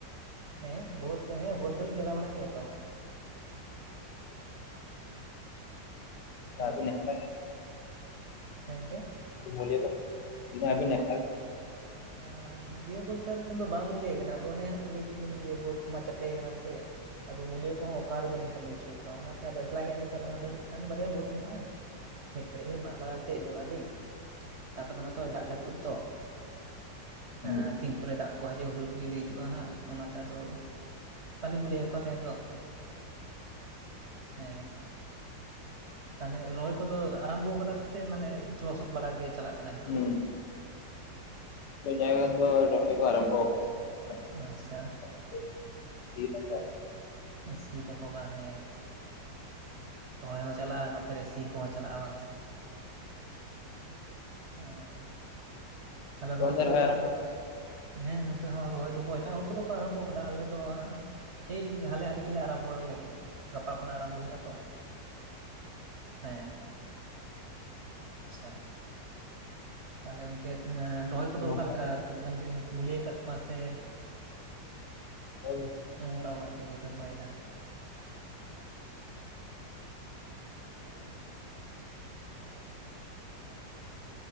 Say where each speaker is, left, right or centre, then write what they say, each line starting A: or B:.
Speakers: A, on the right (about 50°); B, on the left (about 70°).
A: ᱦᱮᱸ ᱵᱳᱫᱽ ᱦᱮᱸ ᱵᱳᱫᱽ ᱫᱚᱞᱤᱧ ᱪᱟᱞᱟᱣ ᱵᱟᱲᱟᱜ ᱜᱮᱭᱟ ᱛᱚ᱾ ᱦᱮᱸ
B: ᱟᱵᱤᱱ ᱮᱠᱞᱟ ᱜᱮ?
A: ᱦᱮᱸ ᱜᱚᱝᱠᱮ᱾
B: <inaudible> ᱤᱱᱟᱹ ᱟᱵᱤᱱᱟᱜ
A: <inaudible> ᱢᱩᱞᱭᱟᱹ ᱵᱚᱞᱛᱮ ᱟᱫᱚ ᱛᱮᱦᱮᱱ ᱫᱚ ᱵᱟᱝ ᱢᱩᱞᱭᱟᱹ ᱠᱟᱱᱟ ᱟᱫᱚ ᱚᱱᱮ ᱦᱟᱸᱜ ᱞᱟᱹᱭ ᱠᱮᱜ ᱫᱚᱞᱤᱧ ᱡᱮ ᱵᱟᱹᱫᱽ ᱠᱚᱢᱟ ᱪᱟᱯᱮ ᱠᱟᱱᱟ ᱥᱮ᱾ ᱟᱫᱚ ᱢᱩᱞᱤᱭᱟᱹ ᱠᱚᱦᱚᱸ ᱚᱠᱟ ᱨᱮᱫᱚ ᱞᱤᱧ ᱠᱟᱹᱢᱤ ᱦᱚᱪᱚ ᱠᱚᱣᱟ ᱚᱱᱟᱛᱮ ᱟᱫᱚ ᱮᱠᱞᱟ ᱜᱮ ᱦᱟᱸᱜ ᱞᱤᱧ ᱪᱟᱞᱟᱜ-ᱟ ᱚᱰᱮ ᱢᱤᱫᱴᱟᱝ ᱵᱟᱨᱭᱟ ᱵᱟᱹᱫᱽ ᱢᱮᱱᱟᱜ-ᱟ᱾ ᱢᱤᱫ ᱜᱷᱟᱹᱲᱤᱡ ᱞᱤᱧ ᱢᱟᱜ ᱵᱟᱲᱟ ᱛᱮᱜ ᱡᱚᱣᱟᱜ ᱟᱹᱞᱤᱧ ᱛᱟᱨᱯᱚᱨ ᱢᱟᱛᱚ ᱫᱟᱜ ᱡᱟ ᱯᱩᱫ ᱛᱚ
B: ᱦᱩᱸ
A: ᱮᱸ ᱛᱤᱱ ᱠᱚᱨᱮ ᱫᱟᱜ ᱠᱚ ᱦᱟᱡᱩᱜ-ᱟ ᱦᱩᱰᱩᱨ ᱵᱤᱡᱽᱞᱤ ᱦᱤᱡᱩᱜ-ᱟ ᱦᱟᱸᱜ ᱚᱱᱟᱛᱮ ᱟᱫᱚ ᱟᱹᱞᱤᱧ ᱵᱚᱞᱮ ᱚᱠᱟᱛᱮ ᱮᱱ ᱫᱚ ᱦᱮᱸ ᱛᱟᱦᱚᱞᱮ ᱨᱚᱦᱚᱭ ᱠᱚᱫᱚ ᱟᱨᱟᱢᱵᱚ ᱠᱟᱫᱟ ᱯᱮᱥᱮ ᱢᱟᱱᱮ ᱞᱚᱥᱚᱫ ᱵᱟᱲᱟ ᱜᱮ ᱪᱟᱞᱟᱜ? ᱠᱟᱱᱟ ᱱᱤᱛᱚᱜ
B: ᱦᱩᱸ
A: ᱫᱚ
B: <inaudible> <inaudible> ᱨᱚᱦᱚᱭ ᱠᱚ ᱟᱨᱟᱢᱵᱚ ᱠᱟᱫᱟ᱾
A: ᱟᱪᱪᱷᱟ
B: <inaudible>
A: <inaudible> ᱥᱤ ᱫᱟᱠᱚ ᱵᱟᱝ ᱦᱮ <inaudible> ᱨᱚᱦᱚᱭ ᱦᱚᱸ ᱪᱟᱞᱟᱜ-ᱟ ᱱᱚᱛᱮ ᱨᱮ ᱥᱤ ᱠᱚᱦᱚᱸ ᱪᱟᱞᱟᱜ-ᱟ ᱵᱟᱝ ᱥᱮ᱾ ᱚ ᱛᱟᱦᱚᱞᱮ
B: ᱟᱯᱮ
A: ᱨᱚᱦᱚᱭ
B: ᱚᱱᱛᱮ
A: ᱠᱚᱫᱚ ᱚᱠᱟ
B: ᱟᱨᱟᱢᱵᱚ
A: ᱞᱮᱠᱟ <inaudible> ᱦᱮᱸ ᱱᱚᱛᱮ ᱦᱚᱸ ᱨᱚᱦᱚᱭ ᱫᱚᱠᱚ ᱮᱴᱟᱜ ᱦᱚᱲ ᱠᱚᱫᱚ ᱠᱚ ᱟᱨᱟᱢᱵᱚ ᱠᱟᱫᱟ ᱟᱞᱮ ᱫᱚ ᱦᱟᱸᱜ ᱮᱭ ᱦᱟᱞᱮ ᱟᱞᱮ ᱜᱮᱞᱮ ᱟᱨᱟᱢᱵᱚᱭ ᱞᱟᱹᱜᱤᱫ, ᱜᱟᱯᱟ ᱠᱷᱚᱱᱟᱜ ᱟᱨᱟᱢᱵᱚ ᱦᱩᱭᱩᱜ-ᱟ ᱛᱚ ᱦᱮᱸ᱾ ᱟᱪᱪᱷᱟ᱾
B: <unintelligible>
A: ᱛᱟᱦᱚᱞᱮ ᱜᱚᱝᱠᱮ ᱨᱚᱦᱚᱭ
B: ᱠᱟᱜ-ᱟ
A: ᱠᱚᱫᱚ
B: ᱱᱚᱝᱠᱟ
A: ᱚᱠᱟᱞᱮᱠᱟ ᱛᱤᱱᱟᱹᱜ ᱜᱟᱱ ᱯᱮ ᱢᱩᱞᱤᱭᱟᱹ ᱟᱠᱟᱫ ᱠᱚᱣᱟ ᱥᱮ
B: <inaudible>
A: ᱚᱲᱟᱜ ᱚᱲᱟᱜ ᱛᱮᱜᱮᱯᱮ ᱨᱚᱦᱚᱭᱫᱟ? ᱟᱪᱪᱷᱟ ᱟᱪᱪᱷᱟ, ᱦᱮᱸ᱾